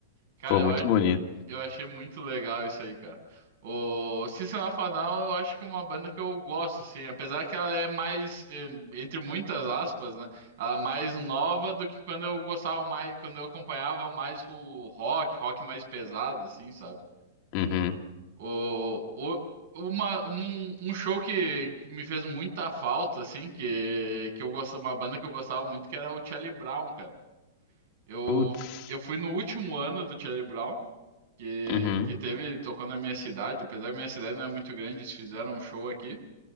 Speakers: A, on the right; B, on the left.
A: Cara,
B: Pô,
A: eu
B: muito
A: acho.
B: bonito.
A: Eu achei muito legal isso aí, cara. O System of a Down, eu acho que é uma banda que eu gosto, assim, apesar que ela é mais, eh, entre muitas aspas, né? Ela é mais nova do que quando eu gostava mais, quando eu acompanhava mais o rock, rock mais pesado, assim, sabe?
B: Uhum.
A: O, o, uma, um, um show que, que me fez muita falta, assim, que, que eu gostava, uma banda que eu gostava muito, que era o Charlie Brown, cara. Eu,
B: Putz.
A: eu fui no último ano do Charlie Brown que,
B: Uhum.
A: que teve, ele tocou na minha cidade, apesar que minha cidade não é muito grande, eles fizeram um show aqui.